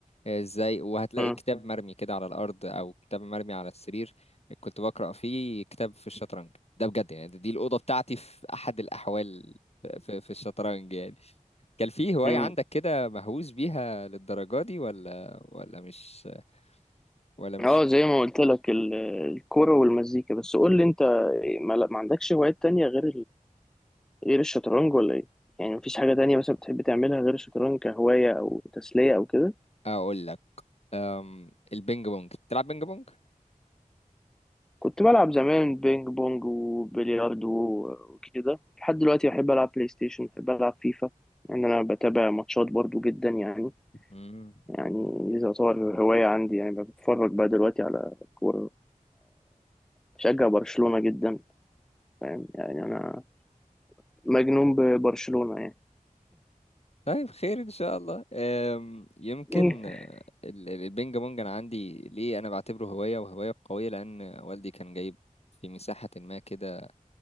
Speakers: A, on the left; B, in the centre.
A: آه، ازاي وهتلاقي
B: مم.
A: كتاب مرمي كده على الأرض أو كتاب مرمي على السرير كنت بقرأ فيه كتاب في الشطرنج ده بجد يعني دي الأوضة بتاعتي في أحد الأحوال في, في الشطرنج يعني كان في هواية
B: مم.
A: عندك كده مهووس بيها للدرجة دي ولا ولا مش ولا مش
B: اه زي ما قلت لك ال- الكوره والمزيكا بس قول لي انت ما ما عندكش هوايات تانية غير غير الشطرنج ولا ايه يعني مفيش حاجة تانية مثلا بتحب تعملها غير الشطرنج كهواية أو تسلية أو كده
A: أقول لك أم، البينج بونج بتلعب بينج بونج؟
B: كنت بلعب زمان بينج بونج وبلياردو وكده لحد دلوقتي بحب ألعب بلاي ستيشن بحب ألعب فيفا لأن يعني أنا بتابع ماتشات برضو جدا يعني
A: مم.
B: يعني دي تعتبر هواية عندي يعني بتفرج بقى دلوقتي على كورة بشجع برشلونة جدا فاهم يعني أنا مجنون ببرشلونة يعني
A: طيب خير ان شاء الله أم، يمكن
B: <laughs>
A: آه، ال- ال- البينج بونج انا عندي ليه انا بعتبره هوايه وهوايه قويه لان والدي كان جايب في مساحه ما كده